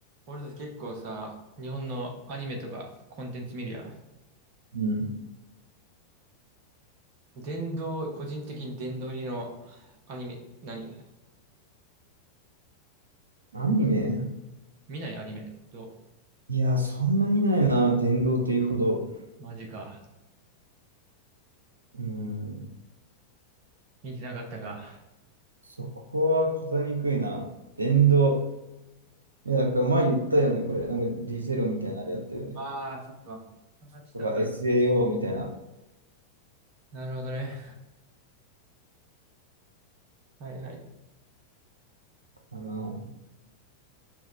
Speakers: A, on the right (about 45°); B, on the right (about 75°).
A: 俺たち結構さ、日本のアニメとかコンテンツ見るや
B: うん。
A: ん。殿堂、個人的に殿堂入りのアニメ、何
B: アニメ
A: 見ないアニメ。ど
B: いや、そんな見ないな、電動というほど。
A: うマジか。
B: うん。
A: 見てなかったか。
B: そこは答えにくいな。電動。いや、だから前言ったよね、これ。なんかディゼロみたいなあれやったよね。
A: ああー、そっか。話したか。
B: とか SAO みたいな。
A: なるほどね。はいはい。
B: かな。